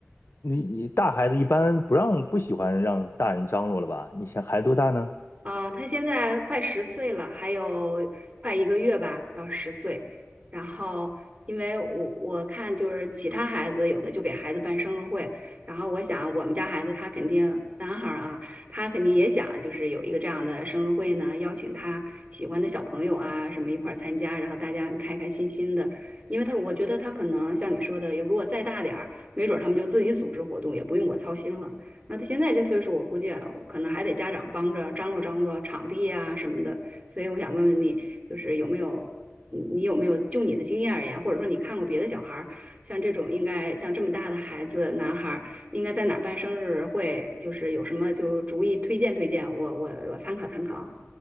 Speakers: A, on the left (about 65°); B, on the right (about 30°).
A: 你你大孩子一般不让不喜欢让大人张罗了吧？你想孩子多大呢？
B: 啊，他现在快十岁了，还有快一个月吧，到十岁。然后，因为我我看就是其他孩子有的就给孩子办生日会，然后我想我们家孩子他肯定男孩儿啊，他肯定也想就是有一个这样的生日会呢，邀请他喜欢的小朋友啊什么一块儿参加，然后大家开开心心的。因为他我觉得他可能像你说的，如果再大点儿，没准儿他们就自己组织活动，也不用我操心了。那他现在这岁数，我估计啊可能还得家长帮着张罗张罗场地呀、什么的。所以我想问问你，就是有没有你你有没有就你的经验而言，或者说你看过别的小孩儿，像这种应该像这么大的孩子，男孩儿应该在哪儿办生日会，就是有什么就主意推荐推荐，我我我参考参考。